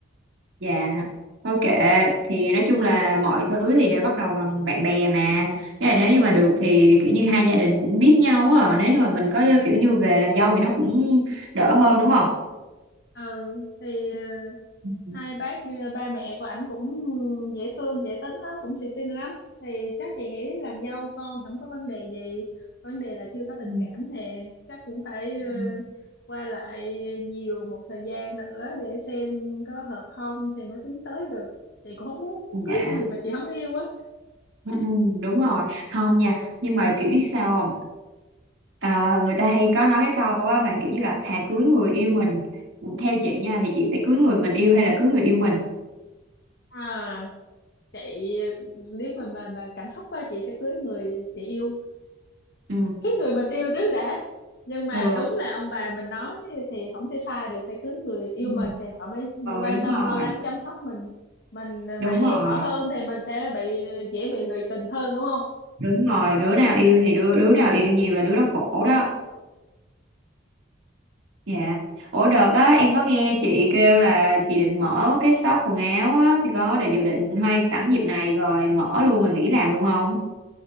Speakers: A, on the right; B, on the left.
A: dạ thôi kệ thì nói chung là mọi thứ thì đều bắt đầu bằng bạn bè mà Với lại nếu như mà được thì kiểu như hai gia đình cũng biết nhau á nếu như mà mình có kiểu như về làm dâu thì nó cũng đỡ hơn đúng không
B: ừ thì ờ,
A: Ừ,
B: hai bác ờ, ba mẹ của ảnh cũng dễ thương dễ tính lắm cũng xì tin lắm thì chắc chị nghĩ làm dâu con không có vấn đề gì vấn đề là chưa có tình
A: ừ,
B: cảm thì chắc cũng phải
A: ừ,
B: ờ, qua lại nhiều một thời gian nữa để xem có hợp không thì mới tiến tới được chị cũng không muốn
A: ừ.
B: cưới
A: dạ
B: người mà chị không yêu á
A: Ừ, ừ, đúng rồi không nha nhưng mà kiểu biết sao không À, người ta hay có nói cái câu á mà kiểu như là thà cưới
B: Ừ.
A: người yêu mình Ừ, theo chị nha thì chị sẽ cưới người mình yêu hay là cưới người yêu mình
B: à chị nếu mà mà mà cảm xúc á chị sẽ cưới người chị yêu
A: ừ
B: cái người mình yêu trước đã nhưng mà
A: ừ,
B: đúng là ông bà mình nói thì không thể sai được phải cưới người yêu
A: Ừ.
B: mình thì họ mới
A: ừ
B: quan
A: đúng
B: tâm
A: rồi
B: lo lắng chăm sóc mình mình
A: đúng
B: mà yêu
A: rồi
B: họ hơn thì mình sẽ bị dễ bị lụy tình hơn đúng không
A: đúng rồi đứa nào yêu thì đứa đứa nào yêu nhiều là đứa đó khổ đó dạ ủa đợt á em có nghe chị kêu là chị định mở cái shop quần áo á thì có để dự
B: ừ.
A: định hay sẵn dịp này rồi mở luôn rồi nghỉ làm luôn không